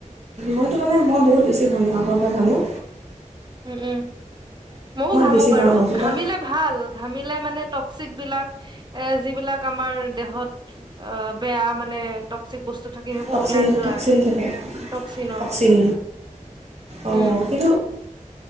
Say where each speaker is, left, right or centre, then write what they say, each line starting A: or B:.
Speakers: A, on the right; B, on the right.
A: মইতো মানে মই বহুত বেছি খামো আগৰ পৰা খামো
B: উম উম মইও ঘামো
A: বেছি
B: বাৰু
A: ঘামা হৈছোঁ
B: ঘামিলে
A: তাৰ
B: ভাল ঘামিলে মানে ট টক্িক বিলাক এ যিবিলাক আমাৰ দেহত বেয়া মানে টক্চিক বস্তু থাকে সেইবোৰ
A: টক্সিন
B: ওলাই যোৱায়
A: টক্সিন থাকে
B: টক্চনৰ
A: টক্সিন অঁ
B: উম
A: কিন্তু